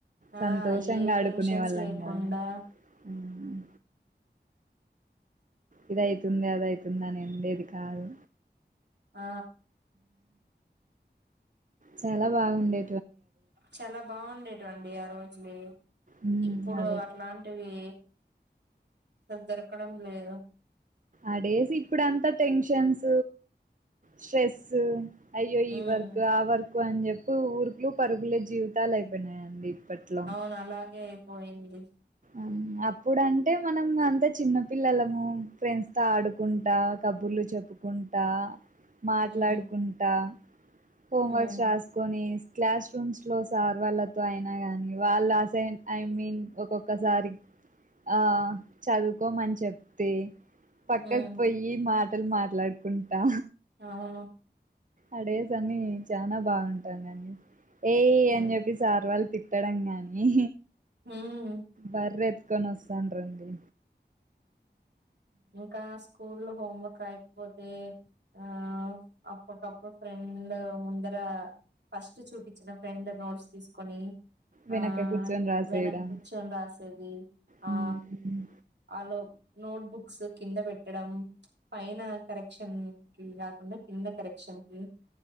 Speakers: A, on the right (about 45°); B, on the right (about 75°).
A: సంతోషంగా
B: ఆ ఏ
A: ఆడుకునే
B: టెన్షన్స్
A: వాళ్ళం
B: లేకుండా
A: కదనే మ్ ఇదయితుంది అదయితుంది అని ఉండేది కాదు
B: ఆ
A: చాలా బాగుండే
B: చాలా బాగుండేటివండి ఆ రోజులే
A: మ్మ్
B: ఇప్పుడు
A: అదే
B: అట్లా టివి దొరకడం లేదు
A: అడేసు ఇప్పుడంతా టెన్షన్స్ స్ట్రెస్ సు అయ్యో ఈ
B: ఉమ్
A: వర్క్ ఆ వర్కు అని చెప్పి ఊరుకులు పరుగులే జీవితాలు తున్నాయి అండి ఇప్పట్లో
B: నాలాగే పోయింది
A: అమ్ అప్పుడంటే మనం అంత చిన్న పిల్లలము ఫ్రెండ్స్తో ఆడుకుంటా కబుర్లు చెప్ కుంటా మాట్లాడుకుంటా
B: ఉమ్
A: హోంవర్క్స్
B: ఉమ్
A: రాసుకొని క్లాస్ రూమ్స్ లో సార్ వాళ్ళతో అయినా గాని వాళ్ళు అసైన్ ఐ మీన్ ఒక్కో ఒకసారి ఆ చదువుకోమని చెప్తే పక్కకు
B: ఉమ్
A: పోయి మాటలు మాట్లాడుకుంటా
B: అవును
A: అడేస్ అన్ని చానా బాగుంటానని ఏయ్
B: ఉమ్
A: అని చెప్పి సార్ వాళ్ళు తిట్టడం గాని
B: ఉమ్
A: బర్రె ఎతుకొని వస్తాన్లు రండి
B: ఇంకా స్కూల్ లో హోంవర్క్ రాయకపోతే ఆ అప్పకప్పుడు ఫ్రెండ్ ముందర ఫస్ట్ చూపించిన ఫ్రెండ్ నోట్స్ తీసుకొని
A: వెనక
B: ఆ
A: కూర్చొని రాసేయడం
B: వెనక్ కూర్చొని రాసేది
A: హ్మ్
B: ఆ అలోప్ నోట్బుక్స్ కింద పెట్టడం పైన కరెక్షన్ కి కాకుండా కింద కరెక్షన్ కి